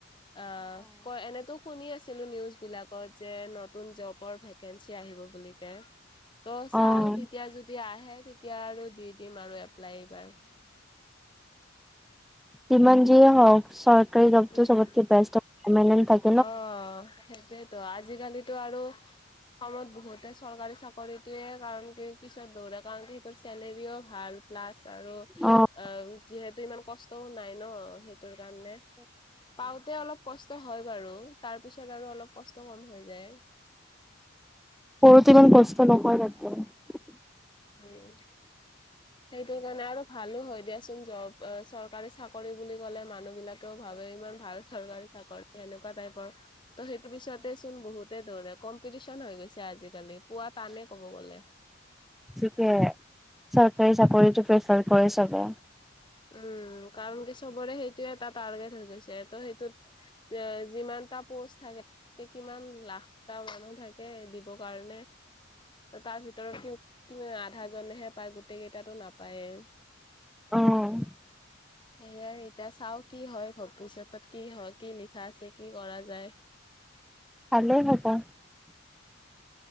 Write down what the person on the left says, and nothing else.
অ' ক এনেতো শুনি আছিলো নিউজবিলাকত যে নতুন জবৰ ভেকেঞ্চি আহিব বুলিকে। ত' চাও
তেতিয়া যদি আহে তেতিয়া আৰু দি দিম আৰু এপ্লাই এইবাৰ।
উম
অ', সেইটয়েতো আজিকালিতো আৰু অসমত বহুতে চৰকাৰী চাকৰিটোয়ে কাৰণ কে পিছত দৌৰা কাৰণতো তাৰ চেলাৰিও ভাল প্লাছ আৰু
আহ যিহেতু ইমান কষ্টও নাই ন সেইটোৰ কাৰণে। পাওঁতে অলপ কষ্ট হয় বাৰু তাৰ পিছত আৰু অলপ কষ্ট কম হৈ যায়।
উম, সেইটোৱ কাৰণে আৰু ভালো হয় দিয়াচোন জব চৰকাৰী চাকৰি বুলি ক'লে মানুহবিলাকেও ভাবে ইমান ভাল চৰকাৰী চাকৰি সেনেকুৱা টাইপৰ ত সেইটো পিছতে চোন বহুত ধৰে কম্পিটিশন হৈ গৈছে আজিকালি পুৱা টানে ক'ব গ'লে।
উম, কাৰণ কি চবৰে সেইটো এটা টাৰ্গেট হৈ গৈছে। ত' সেইটোত যিমানটা পোষ্ট থাকে। ত কিমান লাখটা মানুহ থাকে দিবৰ কাৰণে। তাৰ ভিতৰত কি আধা জনেহে পায় গোতেই কেইটাতো নাপায়েই।
সেয়াই এতিয়া চাওঁ কি হয় ভৱিষ্যতে কি হয় কি লিখা আছে কি কৰা যায়। <inaudible>